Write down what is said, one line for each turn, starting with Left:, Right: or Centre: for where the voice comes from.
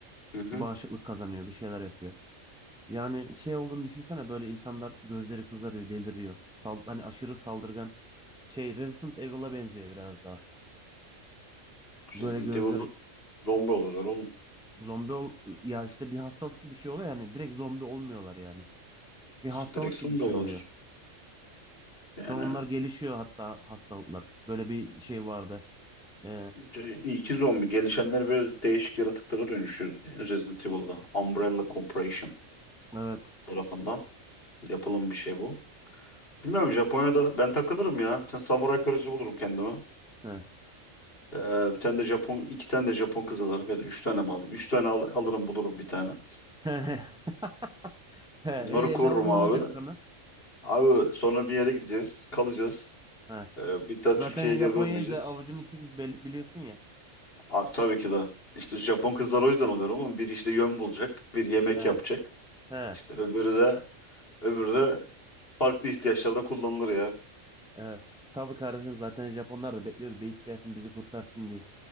Left: Hı hı.
Centre: Bağışıklık kazanıyor bir şeyler yapıyor. Yani şey olduğunu düşünsene böyle insanlar gözleri kızarıyor deliriyor. Sal hani aşırı saldırgan şey Resident Evil'a benziyor biraz daha. Böyle
Left: Resident
Centre: gözleri
Left: Evil'da zombi oluyorlar oğlum.
Centre: zombi ol ya işte bir hastalık gibi bir şey oluyor yani direkt zombi olmuyorlar yani. Bir hastalık
Left: Direkt zombi
Centre: gibi bir şey
Left: oluyorlar.
Centre: oluyor.
Left: Yani
Centre: Sonra onlar gelişiyor hatta hastalıklar. Böyle bir şey vardı. Ee,
Left: de- iyi ki zombi. Gelişenler böyle değişik yaratıklara dönüşüyor. Resident Evil'da. Umbrella Corporation
Centre: evet.
Left: tarafından. Yapılım bir şey bu. Bilmiyorum Japonya'da ben takılırım ya. Bir tane samuray kılıcı bulurum kendime.
Centre: He.
Left: Ee, bir tane de Japon, iki tane de Japon kız alırım ya da üç tane mi alayım? Üç tane al- alırım bulurum bir tane.
Centre: <laughs> He,
Left: Onları
Centre: e,
Left: korurum
Centre: ne,
Left: abi.
Centre: ne olacak sana?
Left: Abi sonra bir yere gideceğiz, kalacağız.
Centre: He.
Left: Ee, bir daha
Centre: Zaten
Left: Türkiye'ye
Centre: Japonya'yı
Left: geri dönmeyeceğiz.
Centre: da avucunun içi gibi bel- biliyorsun ya.
Left: Abi tabii ki de. İşte Japon kızlar o yüzden oluyor ama bir işte yön bulacak, bir yemek
Centre: He.
Left: yapacak.
Centre: He.
Left: İşte öbürü de öbürü de farklı ihtiyaçlarda kullanılır ya.
Centre: Evet. Tabii kardeşim zaten Japonlar da bekliyordu. Beyit gelsin bizi kurtarsın diye.